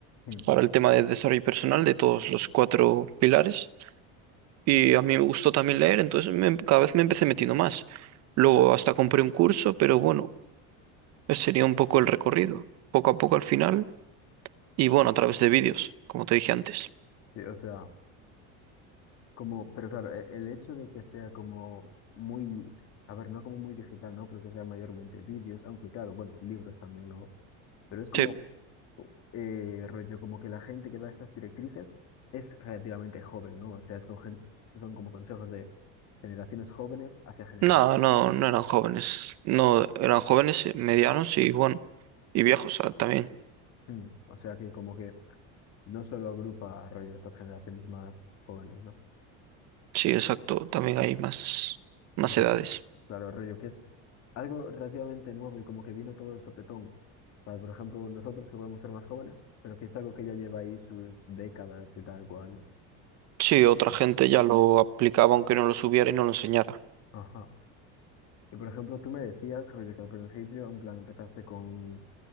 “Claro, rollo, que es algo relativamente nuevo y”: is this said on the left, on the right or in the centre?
Left